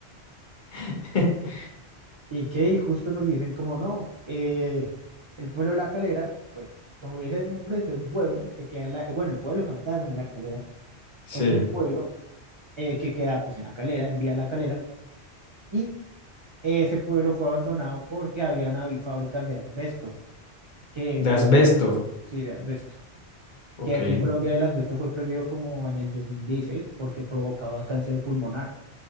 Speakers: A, on the left; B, on the right.
A: <laughs>
B: ¿Y qué? Y justo nos dicen, como no, eh, el pueblo de la calera, pues, como dice el nombre, es un pueblo que queda en la, bueno, el pueblo fantasma de la calera.
A: Sí.
B: Es un pueblo eh, que queda pues en la calera, en Vía la Calera, y eh, ese pueblo fue abandonado porque habían habido fábricas de asbesto, que
A: De
B: pues
A: asbesto.
B: sí, de asbesto,
A: Ok.
B: que aquí en Colombia el asbesto fue prohibido como en el 2016 porque provocaba cáncer pulmonar.